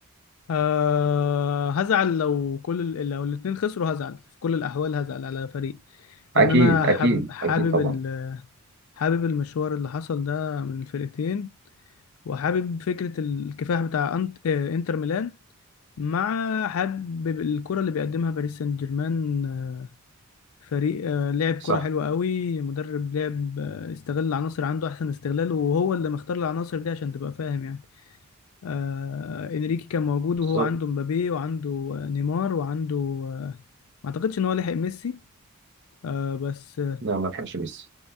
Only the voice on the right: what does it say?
اكيد
اكيد
اكيد طبعا
صح
بالظبط
لا ما لحقش ميسي